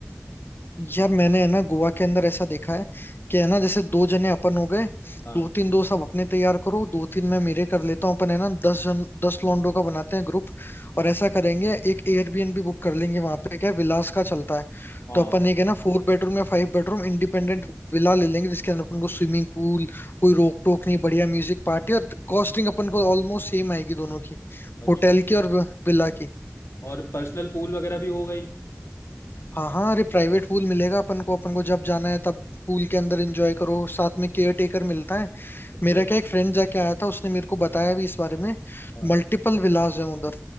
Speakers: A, on the left; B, on the left.
A: यार मैंने है ना गोवा के अंदर ऐसा देखा है कि है ना जैसे दो जने अपन हो गए
B: हाँ
A: दो तीन दोस्त आप अपने तैयार करो दो तीन मैं मेरे कर लेता हूँ अपन है ना दस जन दस लोंडो का बनाते हैं ग्रुप
B: हाँ
A: और ऐसा करेंगे एक एयरबीएनबी बुक कर लेंगे वहां पे क्या है, विलास का चलता है
B: हाँ
A: तो अपन एक है ना फोर बेडरूम या फाइव बेडरूम इंडिपेंडेंट विला ले लेंगे जिसके अंदर अपन को स्विमिंग पूल कोई रोक टोक नहीं बढ़िया म्यूजिक पार्टी और कॉस्टिंग अपन को ऑलमोस्ट सेम आएगी दोनों की
B: अच्छा
A: होटल की और विला की
B: और पर्सनल पूल वगैरह भी हो गई
A: हाँ हाँ अरे प्राइवेट पूल मिलेगा अपन को अपन को जब जाना है तब पूल के अंदर एंजॉय करो साथ में केयर टेकर मिलता है
B: अच्छा
A: मेरा क्या एक फ्रेंड जाके आया था उसने मेरे को बताया भी इस बारे में
B: हाँ
A: मल्टीपल विलाज हैं उधर